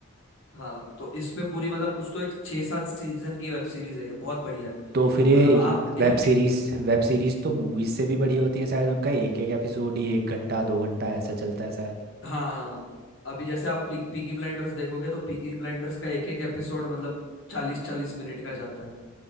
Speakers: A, on the left; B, on the right.
A: हाँ तो इस पे पूरी मतलब कुछ तो एक छह सात सीजन की वेब सीरीज है ये बहुत बढ़िया है
B: तो फिर ये
A: मतलब आप एक
B: वेब सीरीज वेब सीरीज तो मूवीज से भी बड़ी होती है शायद उनका एक एक एपिसोड ही एक घंटा दो घंटा ऐसा चलता है शायद
A: हाँ हाँ अभी जैसे आप पी, पीकी ब्लाइंडर्स देखोगे तो पीकी ब्लाइंडर्स का एक एक एपिसोड मतलब चालीस चालीस मिनट का जाता है